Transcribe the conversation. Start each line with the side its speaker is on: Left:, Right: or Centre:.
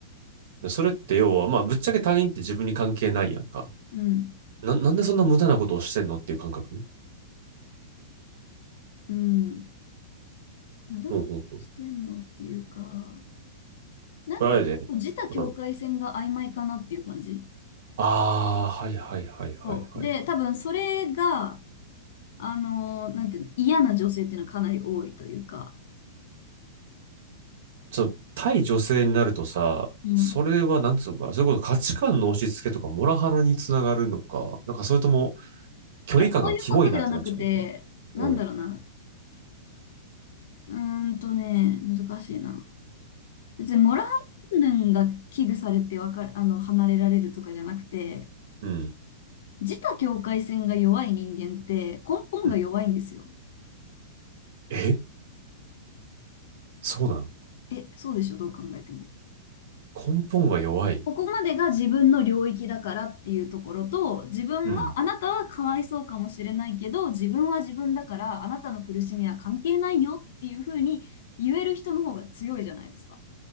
Right: でそれって要は、まあ、ぶっちゃけ他人って自分に関係ないやんか。
Left: うん。
Right: な、なんでそんな無駄なことをしてんのっていう感覚
Left: うん。なだらかにしてんのっていうか、
Right: ほうほうほう
Left: なんかちょっと自他境界線が曖昧かなっていう感じ。
Right: これあれで、うんああ、はいはいはいはいはい。
Left: そう。で、多分それが、あのーなんていうの、嫌な女性っていうのはかなり多いというか、
Right: ちょっと、対女性になるとさ、
Left: うん。
Right: それはなんつうのかな、それこそ価値観の押し付けとかモラハラにつながるのか、なんかそれとも距離感がキモいなってなっちゃうのか。
Left: いや、そういうことではなくて、なんだろうな。
Right: うん、
Left: うーんとね、難しいな。別にモラハラ云々が危惧されてわかる、あの、離れられるとかじゃなくて、
Right: うん、
Left: 自他境界線が弱い人間って根本が弱いんですよ。
Right: うん。えそうなん
Left: え、そうでしょ、どう考えても。
Right: 根本が弱い。
Left: ここまでが自分の領域だからっていうところと、自分が、
Right: うん、
Left: あなたはかわいそうかもしれないけど、自分は自分だから、あなたの苦しみは関係ないよっていうふうに言える人の方が強いじゃないですか。